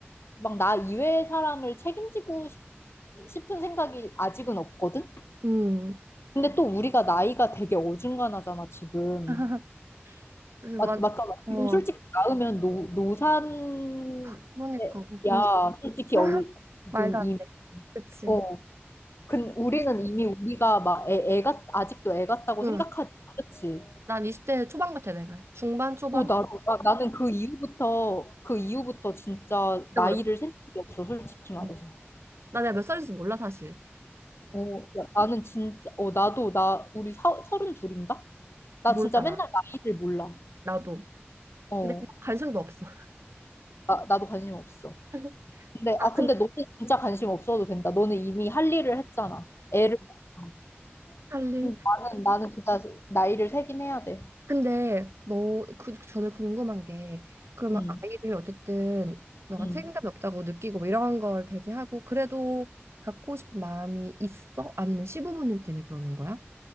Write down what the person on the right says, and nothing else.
음.
<laughs> 그래서
완,
어,
아, 그러니까, 뭐 벌써,
<laughs>
말도 안
돼. 그치.
응.
난 20대 초반 같아, 내가. 중반, 초반?
잃어버렸어.
응. 나 내가 몇 살인지 몰라, 사실.
몰라,
나.
나도.
근데 그냥 관심도 없어.
<laughs>
아,
근데.
할 일.
근데 너 그 전에 궁금한 게 그러면
아이를 어쨌든 너가
책임감이 없다고 느끼고 뭐 이런 걸 배제하고 그래도 갖고 싶은 마음이 있어? 아니면 시부모님 때문에 그러는 거야?